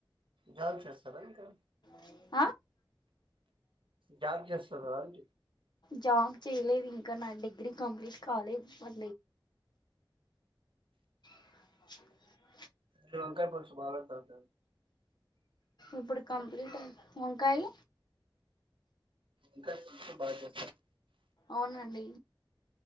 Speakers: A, on the right (about 80°); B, on the left (about 55°).
A: జాబ్ చేస్తారా ఇంకా
B: <inaudible>
A: జబ్ చేస్త అంట
B: జాబ్ చేయలేదు ఇంకా నా డిగ్రీ కంప్లీట్ కాలేదు మళ అ
A: అ వంకర పషు బావతత
B: ఇప్పుడు కంప్లీట్ అయి వంకాయ
A: ఇకా బా జ
B: అవునండి